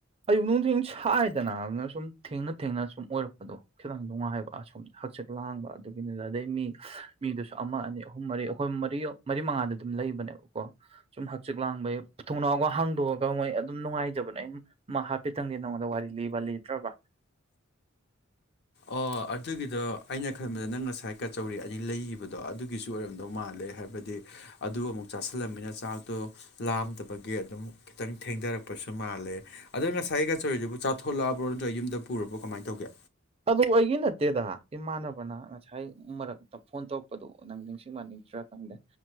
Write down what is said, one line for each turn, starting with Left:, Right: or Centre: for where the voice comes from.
Right: ꯑꯌꯨꯛ ꯅꯨꯡꯊꯤꯟ ꯁꯥꯏꯗꯅꯥ ꯑꯗꯨꯅ ꯁꯨꯝ ꯊꯦꯡꯅ ꯊꯦꯡꯅ ꯁꯨꯝ ꯑꯣꯏꯔꯛꯄꯗꯣ ꯈꯤꯇꯪ ꯅꯨꯡꯉꯥꯏꯕ ꯑꯁꯣꯝ ꯍꯛꯆꯤꯛ ꯂꯥꯡꯕ ꯑꯗꯨꯒꯤꯅꯤ ꯑꯗꯩ ꯃꯤ ꯃꯤꯗꯨꯁꯨ ꯑꯃ ꯑꯅꯤ ꯑꯍꯨꯝ ꯃꯔꯤ ꯑꯩꯈꯣꯏ ꯃꯔꯤ ꯃꯔꯤ ꯃꯉꯥꯗ ꯑꯗꯨꯝ ꯂꯩꯕꯅꯦꯕꯀꯣ꯫ ꯁꯨꯝ ꯍꯛꯆꯤꯛ ꯂꯥꯡꯕꯩ ꯊꯣꯡꯅꯥꯎꯒ ꯍꯥꯡꯗꯣꯛꯑꯒ ꯃꯣꯏ ꯑꯗꯨꯝ ꯅꯨꯡꯉꯥꯏꯖꯕꯅꯦ ꯑꯩ ꯃꯥ ꯍꯥꯐꯦꯠꯇꯪꯗꯤ ꯅꯉꯣꯟꯗ ꯋꯥꯔꯤ ꯂꯤꯕ ꯂꯤꯗ꯭ꯔꯥꯕ
Left: ꯑꯣ ꯑꯗꯨꯒꯤꯗꯣ ꯑꯩꯅ ꯈꯟꯕꯗ ꯅꯪ ꯉꯁꯥꯏ ꯀꯆꯧꯔꯤ ꯑꯅꯤ ꯂꯩꯒꯤꯕꯗꯣ ꯑꯗꯨꯒꯤꯁꯨ ꯑꯣꯏꯔꯝꯗꯧ ꯃꯥꯜꯂꯦ ꯍꯥꯏ ꯕꯗꯤ ꯑꯗꯨ ꯑꯃꯨꯛ ꯆꯥꯁꯤꯜꯂꯝꯅꯤꯅ ꯆꯥꯛꯇꯣ ꯂꯥꯝꯗꯕꯒꯤ ꯑꯗꯨꯝ ꯈꯤꯇꯪ ꯊꯦꯡꯗꯔꯛꯄꯁꯨ ꯃꯥꯜꯂꯦ꯫ ꯑꯗꯣ ꯉꯁꯥꯏ ꯀꯆꯧꯔꯤꯗꯨꯕꯨ ꯆꯥꯊꯣꯂꯛꯑꯕꯣ ꯅꯠꯇ꯭ꯔ ꯌꯨꯝꯗ ꯄꯨꯨꯔꯕꯣ ꯀꯃꯥꯏ ꯇꯧꯒꯦ꯫
Right: ꯑꯗꯨ ꯑꯩꯒꯤ ꯅꯠꯇꯦꯗꯥ ꯏꯃꯥꯟꯅꯕꯅ ꯉꯁꯥꯏ ꯃꯔꯛꯇ ꯐꯣꯟ ꯇꯧꯔꯛꯄꯗꯣ ꯅꯪ ꯅꯤꯡꯁꯤꯡꯃꯥꯟ ꯅꯤꯡꯗ꯭ꯔꯥ ꯈꯪꯗꯦ꯫